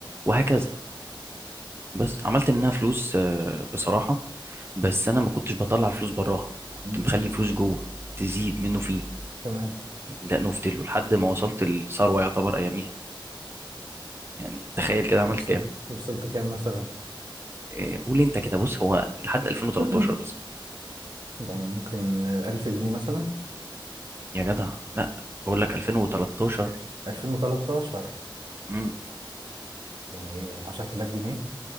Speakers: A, on the right; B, on the right.
A: وهكذا بس عملت منها فلوس آه، بصراحه بس انا ما كنتش بطلع الفلوس براها كنت
B: مم.
A: مخلي الفلوس جوه تزيد منه فيه
B: تمام
A: دقنه في تله لحد ما وصلت الثروه يعتبر اياميها يعني تخيل كده عملت
B: وصلت
A: كام
B: وصلت كام مثلا
A: إيه، قول لي انت كده بص هو لحد 2013
B: <coughs>
A: بس
B: يعني ممكن آه، 1000 جنيه مثلا
A: يا جدع لا بقول لك 2013
B: 2013
A: امم
B: يعني ايه 10000 جنيه